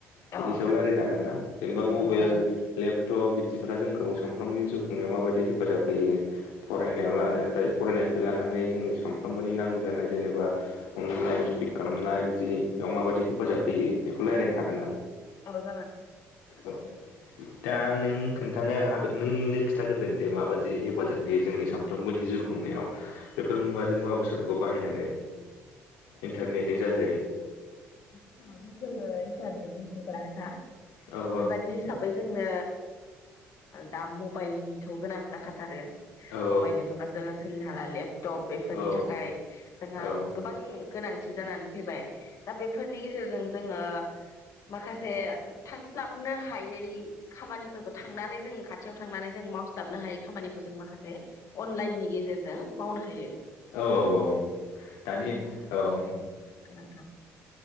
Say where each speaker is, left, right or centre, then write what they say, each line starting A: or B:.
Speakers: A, on the left; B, on the left.
A: बिनि
B: औ
A: सायाव सावराय जागोनना जेनेबा मबाइल,
B: औ जागोन
A: लेप थ' बिदिफ्रा जोंखौ सानफ्रोमबोनि जिउ खुंनायाव माबायदि हेफाजाब होयो। फरायनायाव
B: औ
A: लानो ओमफ्राय फरायनायनि लानानै जोंनि सानफ्रामबोनि नांगौ जानाय जेनेबा अनलाइन सपिं खालामनाय बिदि बेयाव माबायदि
B: जागोन
A: हेफाजाब होयो बेखौ रायज्लायनो हागोनना।
B: औ जागोन
A: औ दा नों खोन्थानो हागोन नोंनो खिन्थाग्रोदो दे मा बायदि हेफाजाब होयो जोंनि सानफ्रोमबोनि जिउ खुंनायाव बेफोर मुवा। मुवा बेसथादफोरखौ बाहायनानै इन्टारनेटनि
B: औ
A: जोहै
B: आथिखालाथ' जों इन्टानेटनि जुगानोखा।
A: औ
B: बेबादि हिसाबै जोंनो दा मबाइलनिथ' गोनां जाखाथारो।
A: औ
B: मबाइल लङाबास जो सोलिनो हा ले टप बेफोरनि
A: औ
B: थाखाय जोंहा
A: औ
B: गोबां गोनांथि जानानै फैबाय दा बेफोरनि गेजेरजों जोङो माखासे थांस्लाबनो हायै खामानिफोरखौ थांनानै जोङ खाथियाव थांनानै जों मावस्लाबनो हायै खामानिखौ जों माखासे जेअनलाइननि गेजेरजों मावनो हायो
A: औ औ औ दानि
B: दा बे मोनसे
A: <unintelligible>
B: गोनां थार